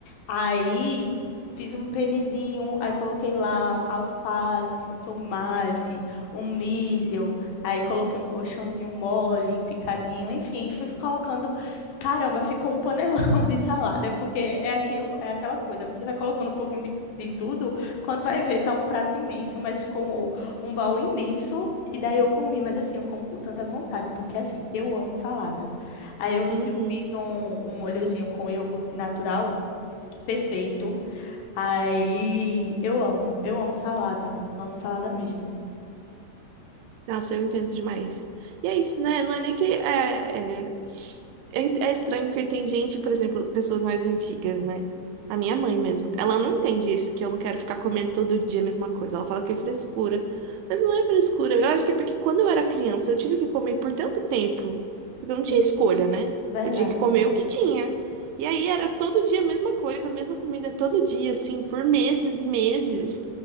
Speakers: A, on the left (about 70°); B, on the right (about 85°).
A: Aí fiz um penizinho, aí coloquei lá alface, um tomate, um milho, aí coloquei um colchãozinho mole, um picadinho, enfim, fui colocando. Caramba, ficou um panelão <laughs> de salada, porque é aquilo, é aquela coisa. Você vai colocando um pouquinho de, de tudo, quando vai ver, tá um prato imenso, mas com um baú imenso. E daí eu comi, mas assim, eu como com tanta vontade, porque assim, eu amo salada. Aí eu, eu fiz
B: Uhum.
A: um, um molhozinho com iogurte natural perfeito. Aí eu amo, eu amo salada, amo salada mesmo.
B: Nossa, eu entendo demais. E é isso, né? Não é nem que é, é, é, é estranho porque tem gente, por exemplo, pessoas mais antigas, né? A minha mãe mesmo. Ela não entende isso, que eu não quero ficar comendo todo dia a mesma coisa. Ela fala que é frescura. Mas não é frescura. Eu acho que é porque quando eu era criança, eu tive que comer por tanto tempo. Porque eu não
A: Sim,
B: tinha escolha, né?
A: verdade.
B: Eu tinha que comer o que tinha. E aí era todo dia a mesma coisa, a mesma comida todo dia, assim, por meses e meses.